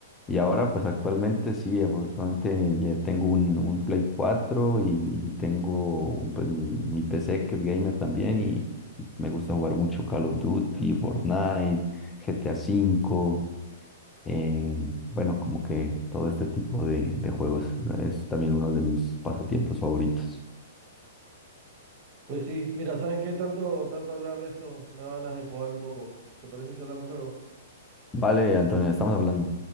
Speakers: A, on the left; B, on the right.
A: Y ahora, pues actualmente sí, afortunadamente ya tengo un, un Play 4 y, y tengo pues mi, mi PC que es gamer también y me gusta jugar mucho Call of Duty, Fortnite, GTA V, eh, bueno, como que todo este tipo de, de juegos es también uno de mis pasatiempos favoritos.
B: Pues sí, mira, ¿sabes qué? Tanto, tanto hablar de eso, me da ganas de jugar un poco. ¿Te parece si hablamos luego?
A: Vale, Antonio, estamos hablando.